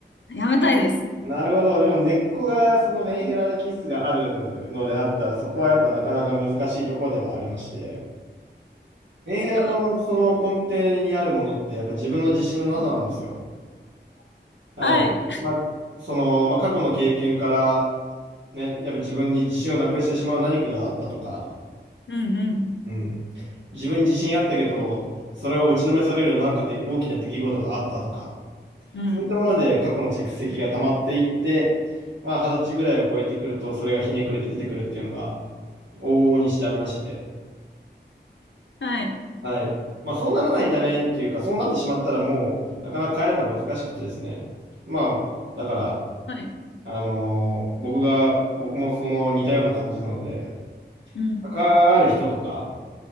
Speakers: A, on the left; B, on the right.
A: やめたいです。
B: なるほど。でも根っこがそのメンヘラ気質があるのであったら、そこはやっぱなかなか難しいところではありまして、メンヘラのその根底にあるものってやっぱ自分の自信のなさなんですよ。
A: すごい。う
B: はい。
A: わ、はい。
B: まあ、その、まあ、過去の経験から、ね、やっぱ自分に自信をなくしてしまう何かがあったとか、
A: うん
B: うん。自分に自信あったけど、それを打ちのめされるなんかで大きな出来事があったとか、
A: うん。
B: そういったもので過去の蓄積が溜まっていって、
A: うん。
B: まあ、二十歳ぐらいを超えてくると、それがひねくれて出てくるっていうのが、往々にしてありまして、
A: はい。
B: はい。まあ、そうならないためにっていうか、そうなってしまったらもう、なかなか変えるのは難しくてですね。まあ、だから、
A: はい。
B: あのー僕が、僕もその似たような感じなので、
A: うん。
B: 関わる人とか、